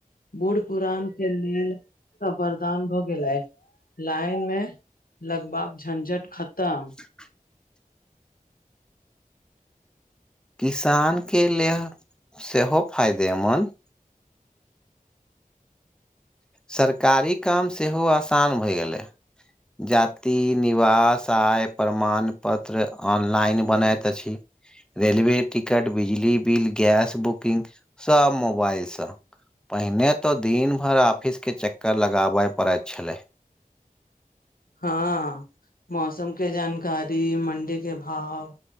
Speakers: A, on the left; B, in the centre.
A: बूढ़ पुरान। के लेल तऽ वरदान भऽ गेलै। लाईन में लगबाक झंझट खत्म।
B: <inaudible> किसानक लेल सेहो फायदेमन्द। सरकारी काम सेहो आसान भऽ गेलै। जाति, निवास, आय प्रमाण पत्र ऑनलाइन बनैत अछि। रेलवे टिकट, बिजली बिल, गैस बुकिंग सभ मोबाइलसँ। पहिने तऽ दिनभरि ऑफिसके चक्कर लगाबऽ पड़ैत छल।
A: हँ, मौसमक जानकारी आ मंडीक भाव